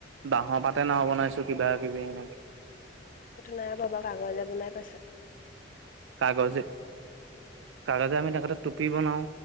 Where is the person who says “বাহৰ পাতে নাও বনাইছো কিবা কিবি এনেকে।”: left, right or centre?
Right